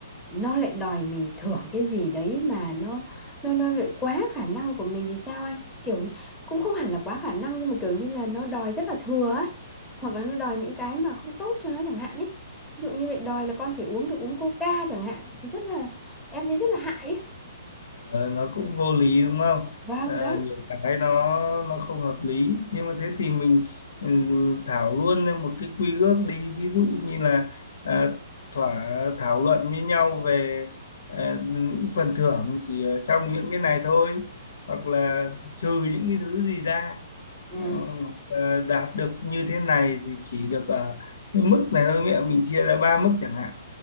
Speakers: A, in the centre; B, on the left.
A: nó lại đòi mình thưởng cái gì đấy mà nó nó nó lại quá khả năng của mình thì sao anh? Kiểu như, cũng không hẳn là quá khả năng nhưng mà kiểu như là nó đòi rất là thừa ấy. Hoặc là nó đòi những cái mà không tốt cho nó chẳng hạn ý. Ví dụ như lại đòi là con phải uống được uống Coca chẳng hạn thì rất là em thấy rất là hại ý.
B: Ờ, nó cũng vô lý đúng không?
A: Vâng
B: Ờ,
A: đấy.
B: Ừ. nhiều cái nó nó không hợp lý nhưng mà thế thì mình ừ, thảo luôn ra một cái quy ước đi ví dụ như là à, thỏa thảo luận với nhau về ờ, những phần thưởng chỉ ở trong những cái này thôi hoặc là trừ những cái thứ gì ra
A: Ừ.
B: Ờ, ờ, đạt được như thế này thì chỉ được ở cái mức này thôi mẹ mình chia ra ba mức chẳng hạn